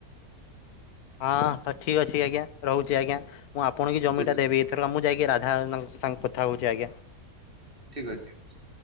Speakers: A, on the left; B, on the right.
A: ହଁ ତ ଠିକ୍ ଅଛି ଆଜ୍ଞା। ରହୁଛି ଆଜ୍ଞା। ମୁଁ ଆପଣ କି ଜମିଟା
B: ଠିକ ଅଛି
A: ଦେବି। ଏଥରକ ମୁଁ ଯାଇକି ରାଧା <unintelligible> ସାଙ୍ଗ କଥା ହଉଛି ଆଜ୍ଞା।
B: ଠିକ୍ ଅଛି ଠିକ୍ ଅଛି।